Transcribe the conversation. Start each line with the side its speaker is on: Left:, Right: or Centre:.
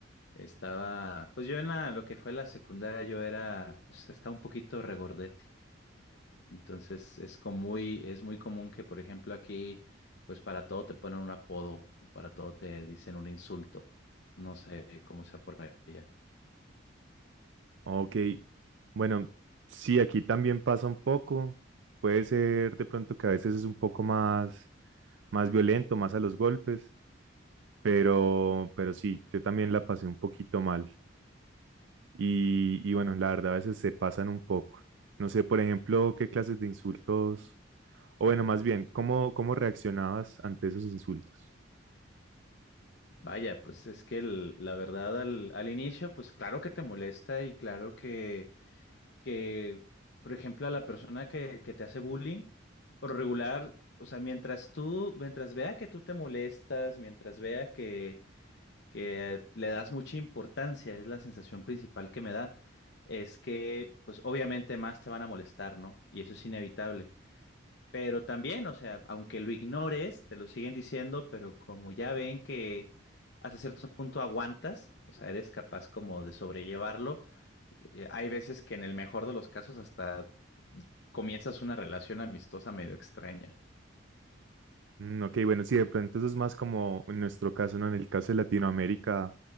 Left: Estaba, pues yo en la, lo que fue la secundaria, yo era, pues estaba un poquito regordete. Entonces es como muy, es muy común que, por ejemplo, aquí, pues para todo te ponen un apodo o para todo te dicen un insulto. No sé cómo sea por allá.
Right: Ok, bueno, sí, aquí también pasa un poco. Puede ser de pronto que a veces es un poco más, más violento, más a los golpes, pero, pero sí, yo también la pasé un poquito mal. Y, y bueno, la verdad a veces se pasan un poco. No sé, por ejemplo, qué clases de insultos o bueno, más bien, ¿cómo, cómo reaccionabas ante esos insultos?
Left: Vaya, pues es que el- la verdad al, al inicio, pues claro que te molesta y claro que, que, por ejemplo, a la persona que, que te hace bullying, por lo regular, o sea, mientras tú, mientras vea que tú te molestas, mientras vea que que le das mucha importancia, es la sensación principal que me da, es que, pues obviamente más te van a molestar, ¿no? Y eso es inevitable. Pero también, o sea, aunque lo ignores, te lo siguen diciendo, pero como ya ven que hasta cierto punto aguantas, o sea, eres capaz como de sobrellevarlo, eh, hay veces que en el mejor de los casos hasta comienzas una relación amistosa medio extraña.
Right: Mm, ok, bueno, sí, de pronto eso es más como en nuestro caso, ¿no? En el caso de Latinoamérica,